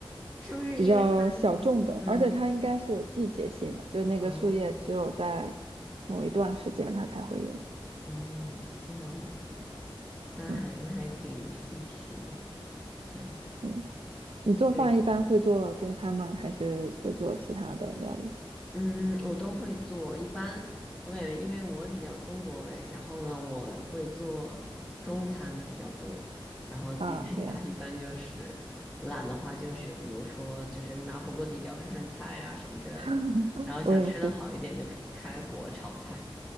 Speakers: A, in the centre; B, on the right.
A: 是不是因为他的那个嗯
B: 比较小众的，而且它应该是有季节性的，就那个树叶只有在
A: 哦
B: 某一段时间它才会有。
A: 哦，这样子，那还那还挺稀奇的。
B: 嗯
A: 对
B: 嗯。你做饭一般会做中餐吗？
A: 对，
B: 还是会做其他的料理
A: 嗯，我都会做。一般我感觉，因为我比较中国胃，然后呢，我会做中餐比较多。然后自己在家一般就是懒的话，
B: 啊？这样，
A: 就是比如说就是拿火锅底料涮涮菜啊什么之类的。
B: <laughs>
A: 然后想吃的好一点，
B: 我也是，
A: 就开火炒菜。